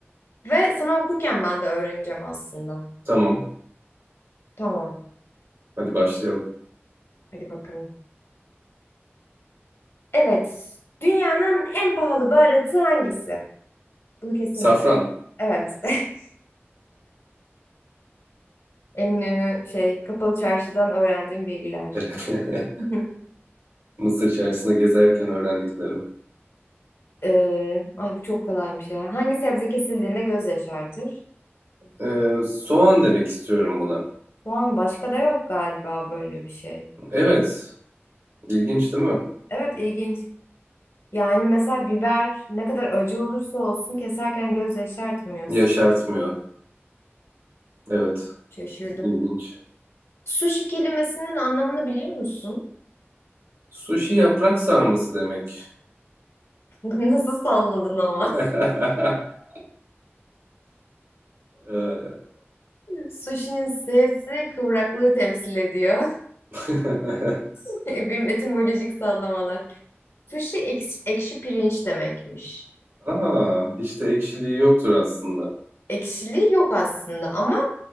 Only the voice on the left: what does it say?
ve sana okurken ben de öğreneceğim aslında.
Tamam.
Hadi bakalım. Evet. Dünyanın en pahalı baharatı hangisi? Bunu kesin
bilirim. Evet. <laughs> Eminönü şey kapalı çarşıdan öğrendiğim bilgiler.
<laughs>
Ee, ay bu çok kolaymış ya. Hangi sebze kesildiğinde göz yaşartır?
Soğan başka da yok galiba böyle bir şey.
Evet ilginç. Yani mesela biber ne kadar acı olursa olsun keserken göz yaşartmıyor.
Şaşırdım.
Sushi kelimesinin anlamını biliyor musun?
<laughs> Nasıl salladın ama?
Sushi'nin S'si kıvraklığı temsil ediyor.
<laughs> Bir etimolojik sallamalar. Sushi ekşi, ekşi pirinç demekmiş.
Ekşiliği yok aslında ama